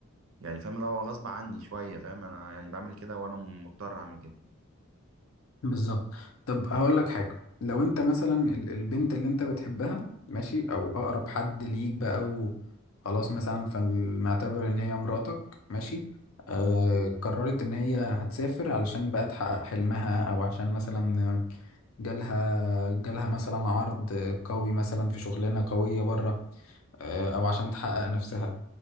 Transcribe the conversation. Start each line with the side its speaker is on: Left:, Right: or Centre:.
Right: يعني فاهم اللي هو غصب عني شوية فاهم انا يعني بعمل كده وانا مضطر اعمل كده
Left: بالظبط طب هقول لك حاجه لو انت مثلا ال- البنت اللي انت بتحبها ماشي او اقرب حد ليك بقى وخلاص مثلا فنعتبر ان هي مراتك ماشي آه قررت ان هي هتسافر علشان بقى تحقق حلمها او عشان مثلا جالها جالها مثلا عرض قوي مثلا في شغلانة قوية بره آه، أو عشان تحقق نفسها